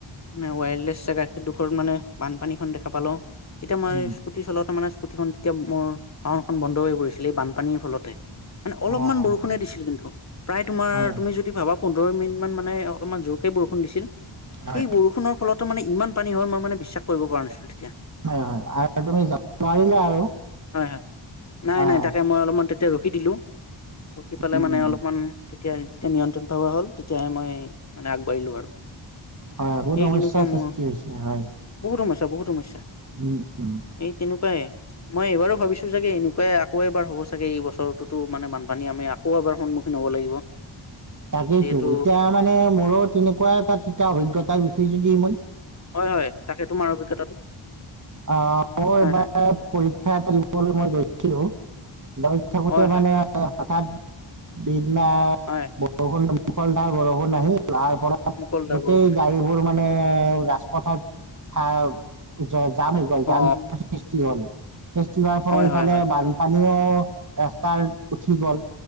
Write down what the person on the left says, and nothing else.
ন ৱায়াৰলেছ গাখীৰ দুখৰ মানে। বানপানী খন দেখা পালো। তেতিয়া মই
স্কুটি চলাওঁতে মানে স্কুটিখন তেতিয়া মোৰ। বাওনখন বন্ধ হৈ পৰিছিল এই বানপানীৰ ফলতে। মানে অলপমান
বৰষুণে
দিছিল কিন্তু প্ৰায় তোমাৰ
তুমি যদি ভাবা পোন। পোন্ধৰ মিনিট মানে অলপমান জোৰকে বৰষুণ দিছিল?
সেই বৰষুণৰ ফলত। ত মে ইমান পানী হয় মই মানে বিশ্বাস কৰিব পৰা নাছিলো? তেতিয়া
হয় হয় নাই
নাই
তাকে মই অলপমান তেতিয়া ৰখি দিলোঁ ৰখি পালাই
মানে
অলপমান। তেতিয়া যেতিয়া নিয়ন্ত্ৰণ ভাৱা হ'ল তেতিয়াহে মই মানে আগবাঢ়িলো আৰু।
এই
সেনেকুৱা
মোৰ
বহুত সমস্যা বহুত সমস্যা।
এই তেনেকুৱা পায় মই এইবাৰো ভাবিছো যে এনেকুৱ আকৌ এবাৰ হ'ব চাগে এই বছৰটোত মানে বানপানী আমি আকৌ এবাৰ সন্মুখীন হ'ব লাগিব
যিহেতু
হয় হয় তাকে‌ তোমাৰ অভিজ্ঞতাটো?
হয়
হয়
হয়
হয় হয়
হয়
মুকলদাৰ
বৰষুণে
অ
হয়
হয় হয় হয়